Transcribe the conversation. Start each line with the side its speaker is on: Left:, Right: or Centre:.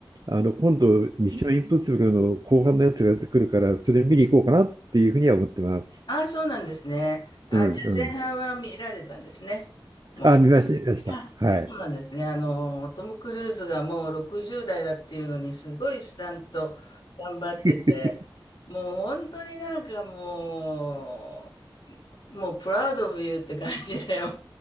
Right: あの、今度、ミッションインポッシブルの後半のやつが出てくるから、それ見に行こうかなっていうふうには思ってます。
Left: ああ、そうなんですね。あ、
Right: うん
Left: じゃあ前半は見られたんですね。も
Right: あ、見ました、見ました。
Left: う。あ、
Right: はい。
Left: そうなんですね。あの、トム・クルーズがもう60代だっていうのに、すごいスタント頑張ってて、
Right: <laughs>
Left: もう本当になんかもう、もう、プラウド・オブ・ユーって感じで、も